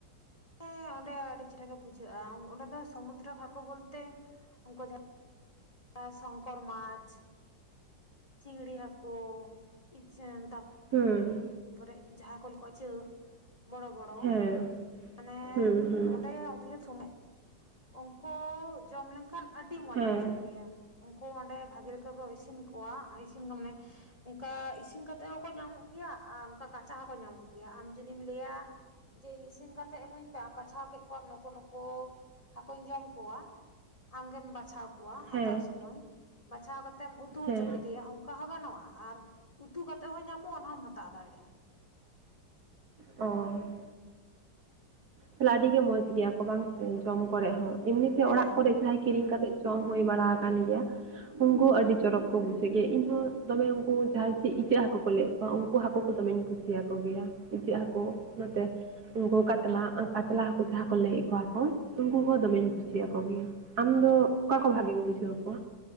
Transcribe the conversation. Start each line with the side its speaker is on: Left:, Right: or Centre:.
Left: ᱦᱮᱸ ᱚᱸᱰᱮ ᱟᱹᱰᱤ ᱪᱮᱦᱨᱟ ᱜᱮ ᱵᱩᱡᱷᱟᱹᱜᱼᱟ ᱚᱸᱰᱮ ᱫᱚ ᱥᱚᱢᱩᱫᱨᱚ ᱦᱟᱹᱠᱩ ᱵᱚᱞᱛᱮ ᱩᱱᱠᱩ ᱡᱟᱦᱟᱸ <unintelligible> ᱥᱚᱝᱠᱚᱨ ᱢᱟᱪ, ᱪᱤᱝᱲᱤ ᱦᱟᱹᱠᱩ ᱤᱪᱟᱹᱝ ᱛᱟᱵ
Right: ᱦᱩᱸ
Left: ᱛᱟᱯᱚᱨᱮ ᱡᱟᱦᱟᱸ ᱠᱚᱱ ᱠᱚ ᱤᱪᱟᱹ ᱵᱚᱲᱚ ᱵᱚᱲᱚ᱾
Right: ᱦᱮᱸ
Left: ᱦᱮᱞᱳ ᱢᱟᱱᱮ
Right: ᱦᱩᱸ ᱦᱩᱸ
Left: ᱚᱸᱰᱮ ᱚᱰᱤᱳᱥᱚᱢᱮ ᱩᱱᱠᱩ ᱡᱚᱢ ᱞᱮᱱᱠᱷᱟᱱ ᱟᱹᱰᱤ ᱢᱚᱸᱡᱽ
Right: ᱦᱮᱸ
Left: ᱵᱩᱡᱷᱟᱹᱜ ᱜᱮᱭᱟ᱾ ᱩᱱᱠᱩ ᱚᱸᱰᱮ ᱵᱷᱟᱜᱤ ᱞᱮᱠᱟ ᱠᱚ ᱤᱥᱤᱱ ᱠᱚᱣᱟ ᱤᱥᱤᱱ ᱢᱟᱱᱮ ᱚᱱᱠᱟ ᱤᱥᱤᱱ ᱠᱟᱛᱮᱜ ᱦᱚᱸᱠᱚ ᱧᱟᱢᱚᱜ ᱜᱮᱭᱟ ᱟᱨ ᱚᱱᱠᱟ ᱠᱟᱸᱪᱟ ᱦᱚᱸᱠᱚ ᱧᱟᱢᱚᱜ ᱜᱮᱭᱟ ᱟᱢ ᱡᱩᱫᱤᱢ ᱞᱟᱹᱭᱟ ᱡᱮ ᱤᱧ ᱤᱥᱤᱱ ᱠᱟᱛᱮᱫ ᱮᱢᱟᱹᱧ ᱯᱮ ᱟᱢ ᱵᱟᱪᱷᱟᱣ ᱠᱮᱫ ᱠᱚᱣᱟ ᱱᱩᱠᱩ ᱱᱩᱠᱩ᱾ ᱦᱟᱹᱠᱩᱧ ᱡᱚᱢᱠᱩᱣᱟ ᱟᱢᱜᱮᱢ ᱵᱟᱪᱷᱟᱣ ᱠᱚᱣᱟ ᱦᱟᱛᱟᱣ
Right: ᱦᱮᱸ
Left: ᱥᱩᱢᱟᱹᱭ, ᱵᱟᱪᱷᱟᱣ ᱠᱟᱛᱮ ᱠᱟᱛᱮᱢ ᱩᱛᱩ ᱦᱚᱪᱚ
Right: ᱦᱮᱸ
Left: ᱠᱮᱫᱮᱭᱟ ᱚᱱᱠᱟ ᱦᱚᱸ ᱜᱟᱱᱚᱜᱼᱟ ᱟᱨ ᱩᱛᱩ ᱠᱟᱛᱮ ᱦᱚᱸ ᱧᱟᱢᱚᱜᱼᱟ ᱚᱱᱟ ᱦᱚᱢ ᱦᱟᱛᱟᱣ ᱫᱟᱲᱮᱭᱟᱜᱼᱟ᱾
Right: ᱚᱸᱻ ᱛᱟᱦᱚᱞᱮ ᱟᱹᱰᱤ ᱜᱮ ᱢᱚᱸᱡᱽ ᱜᱮᱭᱟ ᱠᱚ ᱵᱟᱝ ᱥᱮ ᱡᱚᱢ ᱠᱚᱨᱮ ᱦᱚᱸ ᱮᱢᱱᱤᱛᱮ
Left: ᱦᱮᱸ
Right: ᱚᱲᱟᱜ ᱠᱚᱨᱮ ᱡᱟᱦᱟᱸᱭ ᱠᱤᱨᱤᱧ ᱠᱟᱛᱮ ᱡᱚᱢ ᱦᱩᱭ ᱵᱟᱲᱟ ᱟᱠᱟᱱ ᱜᱮᱭᱟ᱾ ᱩᱱᱠᱩ ᱦᱚᱸ ᱟᱹᱰᱤ ᱪᱚᱨᱚᱠ ᱠᱚ ᱵᱩᱡᱷᱟᱹᱜ ᱜᱮᱭᱟ ᱤᱧ ᱦᱚᱸ ᱫᱚᱢᱮ ᱩᱱᱠᱩ ᱡᱟᱦᱟᱸᱭ ᱪᱮᱫ ᱤᱪᱟᱹᱜ ᱦᱟᱹᱠᱩ ᱠᱚ ᱞᱟᱹᱭ ᱩᱱᱠᱩ ᱦᱟᱹᱠᱩ ᱠᱚ ᱫᱚᱢᱮᱧ ᱠᱩᱥᱤᱭᱟᱠᱚ ᱜᱮᱭᱟ, ᱤᱪᱟᱹᱜ ᱦᱟᱹᱠᱩ ᱱᱚᱛᱮ ᱩᱱᱠᱩ ᱠᱟᱛᱞᱟ, ᱠᱟᱛᱞᱟ ᱦᱟᱹᱠᱩ ᱡᱟᱦᱟᱸ ᱠᱚ ᱞᱟᱹᱭᱮᱫ ᱠᱚᱣᱟ ᱠᱚ ᱩᱱᱠᱩ ᱦᱚᱸ ᱫᱚᱢᱮᱧ ᱠᱩᱥᱤᱭᱟᱠᱚ
Left: ᱦᱮᱸ
Right: ᱜᱮᱭᱟ᱾ ᱟᱢᱫᱚ ᱚᱠᱟ ᱠᱚ ᱵᱷᱟᱜᱮᱢ ᱵᱩᱡᱷᱟᱹᱣ ᱠᱚᱣᱟ?